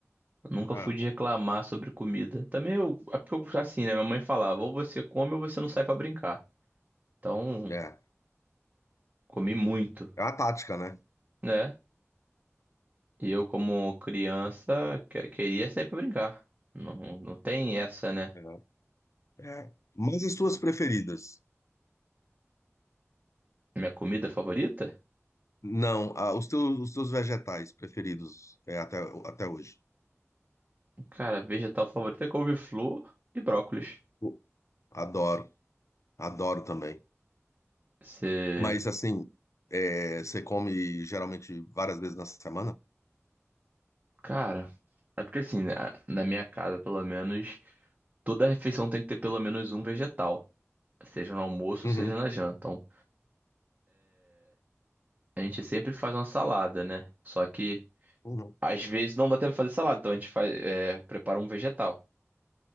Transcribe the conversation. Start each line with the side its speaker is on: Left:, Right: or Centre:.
Right: Nunca
Left: É.
Right: fui de reclamar sobre comida. Também eu, é porque eu, assim, né? Minha mãe falava, ou você come ou você não sai pra brincar. Então,
Left: É,
Right: comi muito,
Left: é uma tática, né?
Right: né? E eu, como criança, que- queria sair pra brincar. Não, não tem essa, né?
Left: É. É. Mas as tuas preferidas?
Right: Minha comida favorita?
Left: Não, ah, os teus, os teus vegetais preferidos é, até, até hoje.
Right: Cara, vegetal favorita é couve-flor e brócolis.
Left: Pô, Adoro, adoro também.
Right: Você.
Left: Mas assim, é, você come geralmente várias vezes na semana?
Right: Cara, é porque assim, na na minha casa, pelo menos, toda refeição tem que ter pelo menos um vegetal. Seja no almoço,
Left: Uhum.
Right: seja na janta. Então, A gente sempre faz uma salada, né? Só que
Left: Uhum.
Right: às vezes não dá tempo de fazer salada, então a gente faz, é, prepara um vegetal.